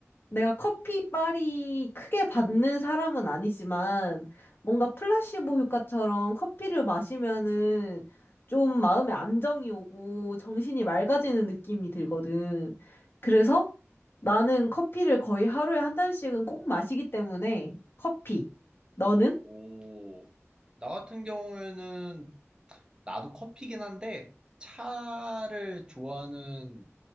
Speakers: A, on the left; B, on the right.
A: 내가 커피 빨이 크게 받는 사람은 아니지만 뭔가 플라시보 효과처럼 커피를 마시면은 좀 마음에 안정이 오고 정신이 맑아지는 느낌이 들거든. 그래서 나는 커피를 거의 하루에 한 잔씩은 꼭 마시기 때문에 커피. 너는?
B: 오, 나 같은 경우에는 나도 커피긴 한데 차를 좋아하는